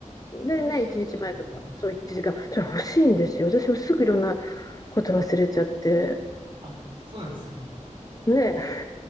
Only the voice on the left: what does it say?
でね、1日前とか、
そう1時間、それ欲しいんですよ。私もすぐいろんなこと忘れちゃって。
ね、